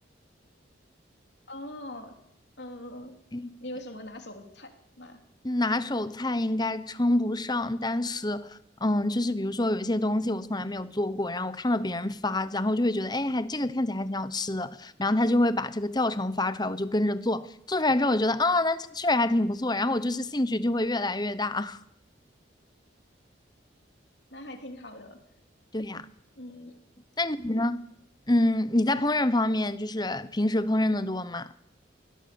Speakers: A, on the left (about 65°); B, on the left (about 20°).
A: 哦，嗯，
B: <laughs>
A: 你有什么拿手的菜吗？
B: 拿手菜应该称不上，但是，嗯，就是比如说有一些东西我从来没有做过，然后我看到别人发，然后就会觉得，哎，还这个看起来还挺好吃的，然后他就会把这个教程发出来，我就跟着做，做出来之后我觉得，啊，那这确实还挺不错，然后我就是兴趣就会越来越大。<laughs>
A: 那还挺好的。
B: 对呀，
A: 嗯，
B: 那你呢？嗯，你在烹饪方面就是平时烹饪的多吗？